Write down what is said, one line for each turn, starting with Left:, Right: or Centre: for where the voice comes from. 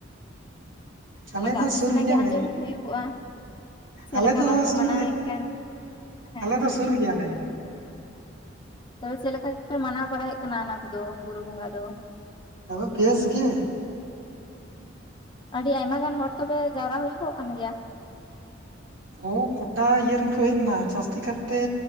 Right: ᱟᱞᱮ
Left: ᱟᱫᱚ
Right: ᱫᱚ
Left: ᱟᱯᱮ
Right: ᱥᱩᱨ
Left: ᱥᱮᱱᱟᱜ
Right: ᱜᱮᱭᱟᱞᱮ
Left: ᱜᱮ ᱟᱸᱡᱚᱢ ᱦᱩᱭᱩᱜᱚᱜᱼᱟ ᱪᱮᱫ
Right: ᱟᱞᱮ
Left: ᱞᱮᱠᱟ
Right: ᱫᱚ
Left: ᱵᱟᱝᱠᱚ
Right: ᱥᱩᱨ
Left: ᱢᱟᱱᱟᱣᱮᱫ
Right: ᱨᱮ
Left: ᱠᱟᱱ ᱦᱮᱸ
Right: ᱟᱞᱮ
Left: ᱦᱮᱸ
Right: ᱫᱚ ᱥᱩᱨ ᱜᱮᱭᱟᱞᱮ
Left: ᱛᱚᱵᱮ ᱪᱮᱫ ᱞᱮᱠᱟᱯᱮ ᱢᱟᱱᱟᱣ ᱵᱟᱲᱟᱭᱮᱫ ᱠᱟᱱᱟ ᱚᱱᱟ ᱠᱚᱫᱚ ᱵᱩᱨᱩ ᱵᱚᱸᱜᱟ ᱫᱚ
Right: ᱟᱫᱚ ᱵᱮᱥ ᱜᱮ
Left: ᱟᱹᱰᱤ ᱟᱭᱢᱟ ᱜᱟᱱ ᱦᱚᱲ ᱛᱚᱵᱮ ᱡᱟᱣᱨᱟ ᱦᱩᱭᱩᱜᱚᱜ ᱠᱟᱱ ᱜᱮᱭᱟ?
Right: ᱦᱚ ᱜᱚᱴᱟ ᱤᱭᱟᱹ ᱨᱮᱱ ᱠᱚ ᱦᱮᱡᱱᱟ ᱡᱟᱹᱥᱛᱤ ᱠᱟᱛᱮ